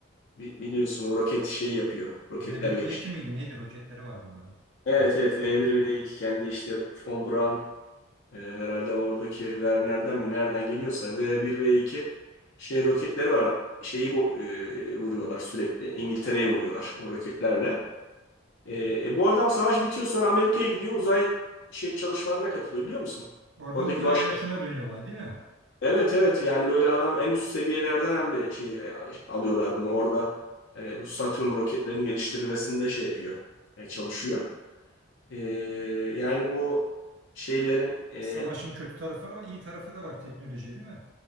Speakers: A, on the left; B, on the right.
A: bi- biliyorsun o roket şeyi yapıyor. Roketler
B: v bir
A: geliştiriyor.
B: v iki miydi neydi roketleri vardı onların.
A: Evet
B: Tek-
A: evet V1 V2 kendi işte von Braun Ee, herhalde oradaki Werner'den mi nereden geliyorsa v bir v iki şey roketleri var. Şeyi bu e, vuruyorlar sürekli. İngiltere'ye vuruyorlar o roketlerle. E, e, bu adam savaş bitiyor sonra Amerika'ya gidiyor. Uzay şey çalışmalarına katılıyor biliyor musun?
B: Oradan
A: Oradaki
B: uzay
A: baş
B: yarışına dönüyor olay değil mi?
A: Evet evet yani böyle adam en üst seviyelerden hem de şey e, alıyorlar bunu orada. E, bu Satürn roketlerinin geliştirilmesinde şey yapıyor. e, çalışıyor. E, yani bu şeylerin e,
B: Savaşın kötü tarafı var ama iyi tarafı da var teknoloji değil mi?